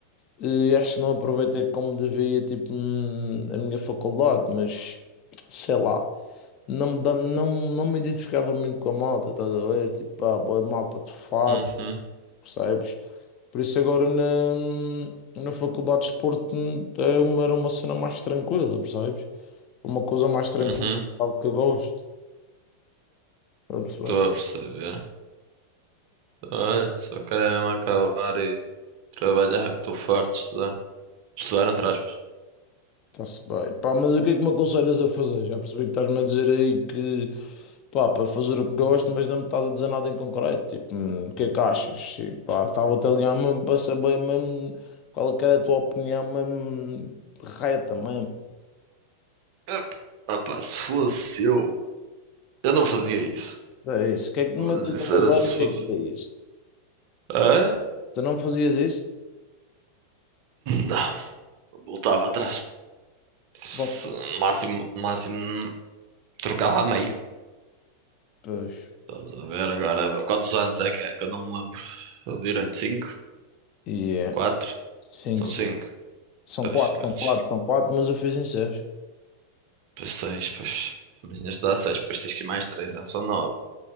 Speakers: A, on the left; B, on the right.
A: E acho que não aproveitei como devia, tipo, hum, a minha faculdade, mas sei lá, não me, dá- não, não me identificava muito com a malta, estás a ver? Tipo, ah, boa malta de fato,
B: Uhum,
A: percebes? Por isso agora na, na faculdade de desporto hum, é uma- era uma cena mais tranquila, percebes? Uma coisa mais tranquila,
B: uhum.
A: algo que eu gosto. Está a perceber?
B: Estou a perceber. Olha, só quero é mesmo acabar e trabalhar, que estou farto de estudar. Estudar, entre aspas.
A: Está-se bem. Pá, mas o que é que me aconselhas a fazer? Já percebi que estás-me a dizer aí que Pá, para fazer o que gosto, mas não me estás a dizer nada em concreto. Tipo, hum, o que é que achas? E, pá, estava-te a ligar mesmo para saber mesmo qual é que era a tua opinião mesmo reta mesmo.
B: Ah, ah pá, se fosse eu, eu não fazia isso.
A: É isso. O que é que me
B: Mas
A: matas
B: isso
A: numa
B: era
A: agora
B: se
A: e o que
B: fosse.
A: é que dizes?
B: Hã?
A: Tu não fazias isso?
B: Não, voltava atrás. Se-
A: Bom,
B: No máximo, no máximo, trocava a meia.
A: pois.
B: Estás a ver agora? Quantos anos é que é? Que eu não me lembro. Eu Direito, cinco?
A: E é.
B: Quatro?
A: Cinco,
B: São cinco.
A: sim. São
B: Pois,
A: quatro,
B: segundos.
A: são quatro, são quatro, mas eu fiz em seis.
B: Pois seis, pois. Mas ainda estou seis, depois tens que ir mais três, já são nove.